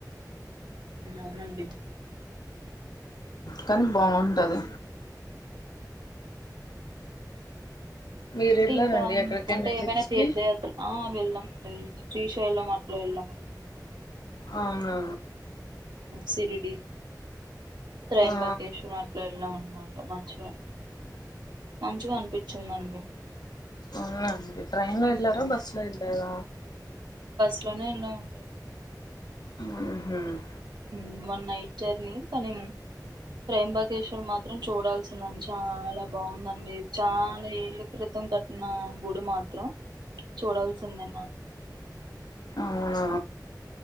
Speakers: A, on the right; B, on the left.
A: అవునండి
B: కానీ బాగుంటది మీరు
A: అంటె
B: వెళ్ళారండి
A: ఇంకా
B: ఎక్కడికైనా
A: అంటే
B: ట్రిప్స్
A: ఏమైనా తీర్థయాత్ర
B: కి
A: వెళ్ళాం శ్రీస శైలం మాట్లా వెళ్ళాం
B: అవునా
A: సిరి త్రయంబకేశవ
B: ఆ
A: అట్లా ఎల్లమన్న మాట మంచిగా మంచిగా అనిపించిందండి
B: అవును అండి ట్రైన్లో
A: ఉమ్
B: ఎల్లరా బుసలు ఏలార
A: ఇంట్లోవాళ్ళతో వెళ్ళమండి
B: హామ్
A: ఉమ్ వన్ జర్నీ కానీ ప్రేంబకేశ్వర్ మాత్రం చూడాల్సిందండి చాలా బాగుందండి చాలా ఏలు క్రితం కట్టిన గుడి మాత్రం చూడాల్సిదే మా
B: అవునా